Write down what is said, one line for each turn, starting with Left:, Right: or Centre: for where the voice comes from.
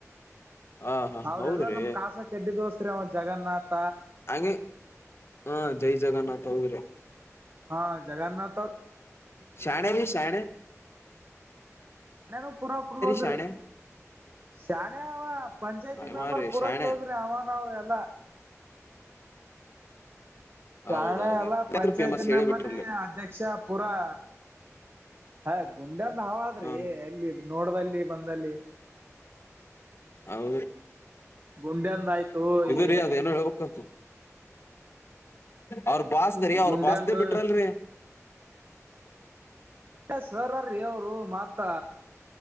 Left: ಹ. ಹಾ
Right: ಅವ್ರೆಲ್ಲಾ
Left: ಹೌದ್ರಿ
Right: ನಮ್ ಕಾಸ ಚಡ್ಡಿ ದೋಸ್ತ್ ಅವ ಜಗನ್ನಾಥ್.
Left: ಹಾಗೆ ಹಾ ಜೈ ಜಗನ್ನಾಥ್ ಅವೌದ್ರಿ.
Right: ಹಾ ಜಗನ್ನ್ನಥ.
Left: ಶಣೆಯಲ್ಲಿ ಶಣೆ.
Right: ಎಲ್ಲಾರೂ ಪುರಾ ಕ್ಲೋಸ್ರು
Left: ಶಾಣೆ
Right: ರಿ. ಶಾಣೆ ಪಂಚಾಯ್ತಿ
Left: ಅವ
Right: ಮೆಂಬರ್
Left: ರೀ
Right: ಪೂರಾ
Left: ಶಾಣೆ
Right: ಕ್ಲೋಸ್ ರಿ ಅವ ನವು ಎಲ್ಲ. ಶಾಣೆ
Left: ಹೌದೌದು
Right: ಅಲ್ಲಾ
Left: ಎಲ್ಲಾದ್ರೂ
Right: ಪಂಚಾಯತಿ
Left: ಫೇಮಸ್ ಹೇಳಿ
Right: ಮೆಂಬರ್
Left: ಬಿಟ್ರಲ್ಲಿ
Right: ನೆ ಅಧ್ಯಕ್ಷ ಪೂರಾ. ಹಾ ಗುಂಡೆ ಅಂತ ಹವಾದ್ರಿ
Left: ಹಾ
Right: ಅಲ್ಲಿ ನೋಡ್ದದಲ್ಲಿ ಬಂದಲ್ಲಿ.
Left: ಹೌ
Right: ಗುಂಡ್ಯಂದ ಆಯ್ತು
Left: ಇ
Right: ಈ
Left: ರೀ ಅದ ಏನೋ ಹೇಳ್ಬೇಕಾಗತದೆ. ಅವ್ರ ಬಾಸ್ದ್ರಿ ಅವ್ರ
Right: ಗುಂಡ್ಯಂದು
Left: ಬಾಸ್ದೇ ಬಿಟ್ರಲ್ರಿ.
Right: ಸರ್ ಆರ್ ಅವರು ಮಾತ್ತ.